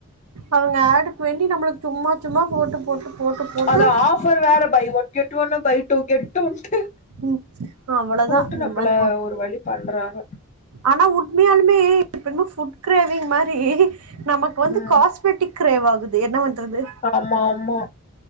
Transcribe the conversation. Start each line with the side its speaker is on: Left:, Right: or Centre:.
Right: அவங்க ஆடுக்கு வேண்டி நம்மளுக்கு சும்மா சும்மா போட்டு போட்டு போட்டு
Left: அது ஆஃபர் வேற பை ஒன் கெட் ஒன்னு பை டூ கெட் டூன்ட்டு
Right: ம் அவ்வளோதா
Left: போட்டு
Right: இந்த
Left: நம்மள
Right: மாரி போட்
Left: ஒரு வழி பண்றாங்க
Right: ஆனா உண்மையாலுமே இப்போ என்னமோ ஃபுட் கிரேவிங் மாரி நமக்கு வந்து
Left: ம்
Right: காஸ்மெட்டிக் கிரேவ் ஆகுது என்ன பண்றது
Left: ஆமா ஆமா